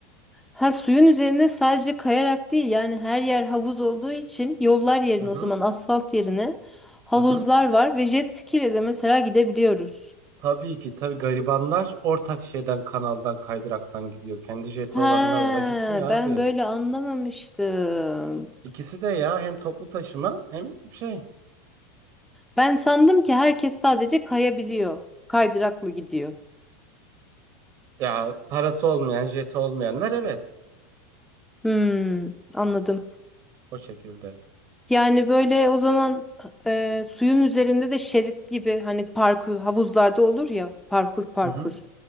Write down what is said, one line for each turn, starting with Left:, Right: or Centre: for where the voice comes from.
Centre: Ha suyun üzerinde sadece kayarak değil yani her yer havuz olduğu için yollar yerine
Right: Hı hı.
Centre: o zaman asfalt yerine havuzlar
Right: Hı hı.
Centre: var ve jet ski ile de mesela gidebiliyoruz.
Right: Tabii ki tabii garibanlar ortak şeyden kanaldan kaydıraktan gidiyor. Kendi jeti
Centre: Ha
Right: olanlar ona gitmiyor abi.
Centre: ben böyle anlamamıştım.
Right: İkisi de ya hem toplu taşıma hem şey.
Centre: Ben sandım ki herkes sadece kayabiliyor. Kaydıraklı gidiyor.
Right: Ya parası olmayan jeti olmayanlar evet.
Centre: Hmm, anladım.
Right: O şekilde.
Centre: Yani böyle o zaman e, suyun üzerinde de şerit gibi hani parkur havuzlarda olur ya parkur parkur.
Right: Hı hı.